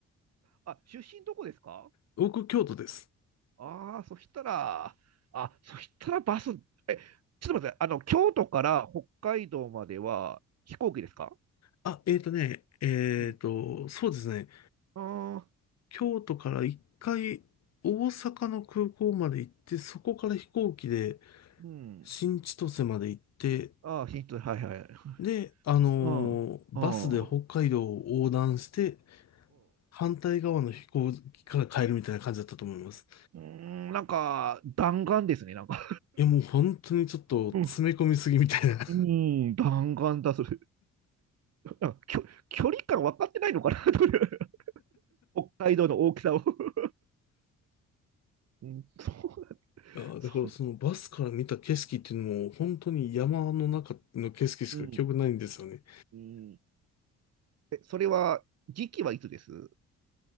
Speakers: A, on the right; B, on the left.
A: あ、出身どこですか
B: <laughs> 僕、京都です。
A: ああー、そしたら、あ、そしたらバス、え、ちょっと待って、あの、京都から北海道までは飛行機ですか
B: あ、えーとね、えーと、
A: うん
B: そうですね。
A: ああ、
B: 京都から一回、大阪の空港まで行って、そこから飛行機で
A: うん。
B: 新千歳まで行って、
A: ああ、ヒンはいはい。
B: で、あのーバスで北海道を横断して、
A: うん、うん、ほ
B: 反対側の飛行機から帰るみたいな感じだったと思います。
A: う。うーん、なんか、弾丸ですね、なんか。
B: いや、もう本当にちょっと詰め込みすぎみたいな
A: うん、うん弾丸だ、それ。なんか、きょ、距離感分かってないのかな、<laughs> という北海道の大きさを。<laughs> うん、そう、
B: いやー、
A: そう。
B: だからそのバスから見た景色っていうのも、本当に山の中の景色しか記憶ないんですよね。
A: うん、うん。えそれは、時期はいつです